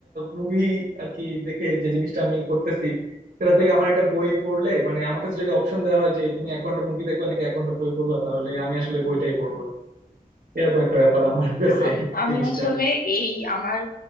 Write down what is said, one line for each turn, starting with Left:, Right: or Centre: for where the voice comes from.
Right: মুভি আর কি দেখে যে জিনিসটা আমি করতেছি সেটা থেকে আমার একটা বই পড়লে মানে আমার কাছে যদি অপশন দেওয়া হয় যে তুমি এক ঘন্টা মুভি দেখবে নাকি এক ঘন্টা বই পড়বা তাহলে আমি আসলে বইটাই পড়বো এরকম একটা ব্যাপার আমার কাছে
Left: না, আমি আমি
Right: জিনিসটা
Left: আসলে এই আমার